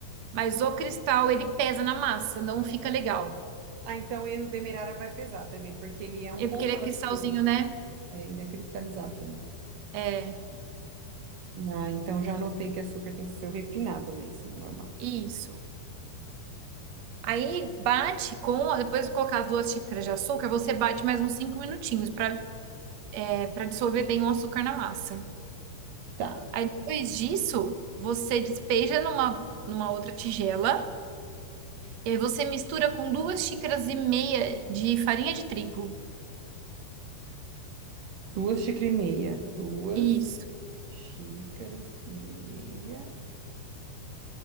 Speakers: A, on the right; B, on the right.
A: Mas o cristal, ele pesa na massa, não fica legal.
B: Ah, então o Demerara vai pesar também, porque ele é um
A: É
B: ponto
A: porque ele é
B: antes
A: cristalzinho,
B: do.
A: né?
B: é, ele é cristalizado também.
A: É,
B: Ah, então já anotei que açúcar tem que ser o refinado mesmo, normal.
A: isso. Aí bate com, depois de colocar as duas xícaras de açúcar, você bate mais uns cinco minutinhos para para dissolver bem o açúcar na massa.
B: Tá.
A: Aí depois disso, você despeja numa, numa outra tigela e aí você mistura com duas xícaras e meia de farinha de trigo.
B: Duas xícaras e meia. Duas
A: Isso.
B: xícaras e meia